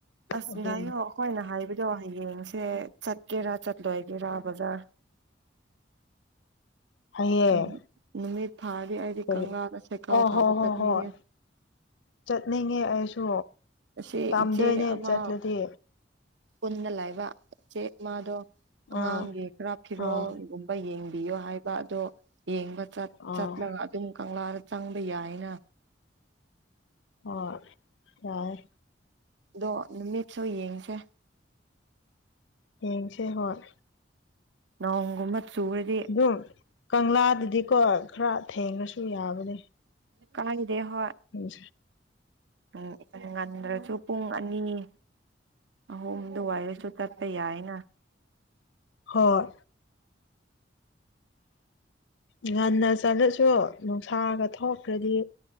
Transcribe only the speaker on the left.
ꯑꯗꯨ
ꯍꯌꯦꯡ
ꯀꯔꯤ
ꯑꯣ
ꯍꯣ ꯍꯣ
ꯍꯣꯏ ꯆꯠꯅꯤꯡꯉꯦ ꯑꯩꯁꯨ
ꯀꯥꯝꯗꯣꯏꯅꯦ
ꯆꯠꯂꯗꯤ
ꯑꯥ
ꯑꯥ
ꯑꯥ
ꯍꯣꯏ ꯌꯥꯏ
ꯌꯦꯡꯁꯦ ꯍꯣꯏ
ꯑꯗꯨꯝ ꯀꯪꯂꯥꯗꯨꯗꯤꯀꯣ ꯈꯔ ꯊꯦꯡꯉꯁꯨ ꯌꯥꯕꯅꯦ
ꯎꯝ
ꯍꯣꯏ ꯉꯟꯅ ꯆꯠꯂꯁꯨ ꯅꯨꯡꯁꯥꯒ ꯊꯣꯛꯈ꯭ꯔꯗꯤ